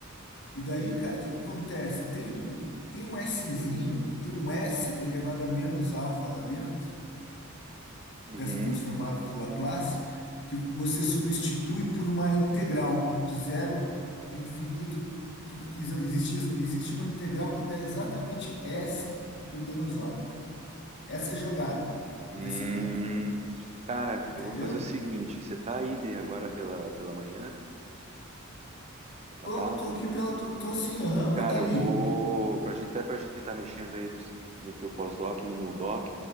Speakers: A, on the left; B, on the right.
A: E daí, cara, o que que acontece? Tem um, tem um Szinho, tem um S elevado a menos alfa lá dentro,
B: Uhum.
A: dessa transformada de Laplace, que você substitui por uma integral de zero a infinito, que, que exa- existe, existe uma integral que dá exatamente S por menos alfa. Essa é a jogada
B: Hum.
A: desse método,
B: Cara,
A: entendeu?
B: eu vou fazer o seguinte: você tá aí de agora pela, pela manhã, na tua
A: Tô,
B: casa?
A: tô aqui pela. Tô, tô sim, aham,
B: Cara,
A: vou estar
B: eu
A: livre.
B: vou. Pra gente, até pra gente estar mexendo aí no teu pós-doc, e no meu doc,